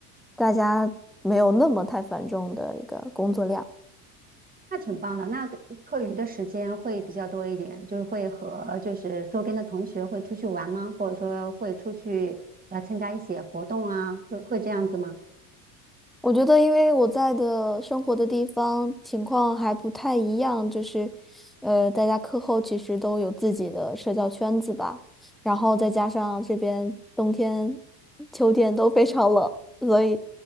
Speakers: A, in the centre; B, on the right (about 20°).
A: 大家没有那么太繁重的一个工作量。
B: 那挺棒的，那个课余的时间会比较多一点，就是会和就是周边的同学会出去玩吗？或者说会出去呃参加一些活动啊？会会这样子吗？
A: 我觉得，因为我在的生活的地方情况还不太一样，就是，呃，大家课后其实都有自己的社交圈子吧，然后再加上这边冬天、秋天都非常冷，所以